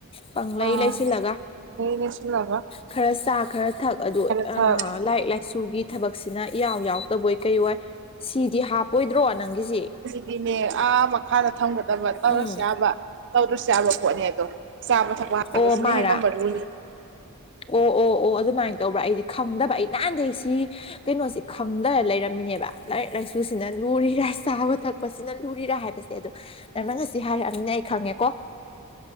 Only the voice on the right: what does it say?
ꯑꯥ
ꯑꯗꯩ ꯂꯣꯏꯁꯤꯜꯂꯒ
ꯈꯔ
ꯊꯛ
ꯑꯗꯨꯗꯤꯅꯦ ꯑꯥ ꯃꯈꯥꯗ ꯊꯝꯒꯗꯕ ꯇꯧꯔꯁꯨ
ꯌꯥꯕ ꯇꯧꯗ꯭ꯔꯁꯨ ꯌꯥꯕ ꯄꯣꯠꯅꯦ ꯑꯗꯣ ꯆꯥꯕ ꯊꯛꯄ ꯍꯥꯏꯕꯁꯤꯅ
ꯍꯦꯟꯅ ꯃꯔꯨꯅꯤ